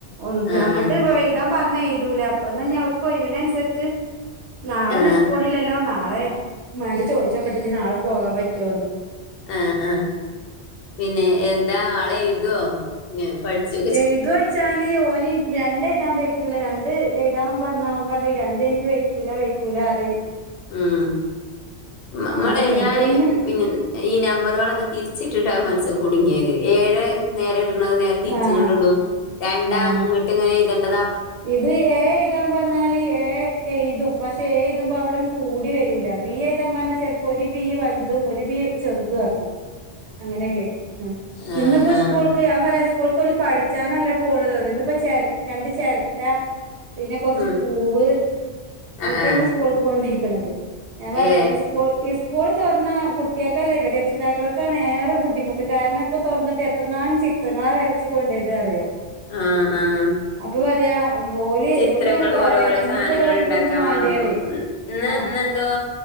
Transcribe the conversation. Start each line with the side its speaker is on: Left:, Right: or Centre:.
Right: ഒ
Left: ആഹ്
Right: അങ്ങോട്ട്
Left: ആഹ്
Right: എഴുതാൻ പറഞ്ഞ ഇതൂല അപ്പ എന്നാ ഞാ അവർക്കൊയ്വിനൻസര്ച്ച് അനുസരിച്ച് നാളെ
Left: ആഹ്
Right: ഇഞ് സ്കൂളില്ലല്ലോ നാളെ വേണ്ട ചോദിച്ചോക്കട്ട് ഇഞ് നാളെ പോകാൻ പറ്റുവോന്ന്
Left: ആഹ് ആഹ് പിന്നെ എന്താ ആള് എയ്തോ പിന്നെ പഠിച്ചൊ
Right: എയ്തോയ്ച്ചാല് ഓന് രണ്ട് എയ്താൻ വെയ്ക്കൂല രണ്ട് എഴുതാൻ പറഞ്ഞാല് ഓന് പറിം രണ്ട് ഇന്ക്ക് വെയ്ക്കൂല വെയ്ക്കൂല പറിം
Left: ഉം നമ്മളെ
Right: അങ്ങനെയാണ്
Left: ഞാന്
Right: ഇപ്പൊ ഇന്ന്
Left: പിന്നെ ഈ നമ്പറുകളൊക്കെ തിരിച്ചിട്ടിട്ടാണ് മൻസൻ കുടുങ്ങിയത് ഏഴെ നേരെ ഇട്ണത് നേരെ തിരിച്ച്
Right: ആഹ്
Left: ഇങ്ങട്ട് ഇടും രണ്ടാ
Right: ആഹ്
Left: ഇങ്ങട്ട് ഇങ്ങനെ എഴ്തേണ്ടത്
Right: ഇത് ഏ എഴ്താൻ പറഞ്ഞാല് ഏ എഴുതും പക്ഷെ ഏ എഴ്‌തുമ്പോ അവിടെ ഒന്നും കൂടി വരൂല ബി എഴ്‌താൻ പറഞ്ഞാ ചെലപ്പോ ഒരു ബീ വലുതും ഒരു ബി ചെറുത് വാക്കാ അങ്ങനെയൊക്കെ ഉം
Left: ആ
Right: ഇന്നിപ്പോ
Left: ആ
Right: സ്കൂൾ ഇപ്പൊ ഞാൻ പറയാ സ്കൂൾക് ഓല് പഠിച്ചാനല്ല പോണത് ഇന്ന് ഇപ്പൊ ചെര രണ്ട് ചിരട്ട പിന്നെ കുറച്ച്
Left: ഉം
Right: പൂവ് അതൊക്കെ
Left: ആ ആ
Right: ഇന്ന് സ്കൂൾക്ക് കൊണ്ടേയ്ക്ണത് ഞാൻ പറയാ
Left: ഏ
Right: ഈ സ്കൂൾ ഈ സ് സ്കൂൾ തൊറന്നാ കുട്ടികൾക്കല്ല രക്ഷിതാക്കൾക്കാണ് ഏറെ ബുദ്ധിമുട്ട് കാരണം ഇപ്പോ തൊറന്നിട്ട് എത്രങ്ങാനും ചിത് എത്രണ്ണാ വരച്ച് കൊണ്ടേയ്ത് അറിയോ
Left: ആഹ് ആഹ്
Right: അപ്പൊ പറയാ ഓല്
Left: ചിത്രങ്ങൾ
Right: ഓലിങ്ങനെ പറയാ
Left: ഓരോഓരോ
Right: ഞമ്മക്കിവിടെ
Left: സാനങ്ങൾ
Right: ഒഴിവൊന്നും
Left: ണ്ടാക്കാൻ
Right: മാണ്ടേ
Left: പറഞ്ഞിട്ടും
Right: പറയും
Left: ഇന്ന്
Right: ആഹ്
Left: ഇന്നെന്തോ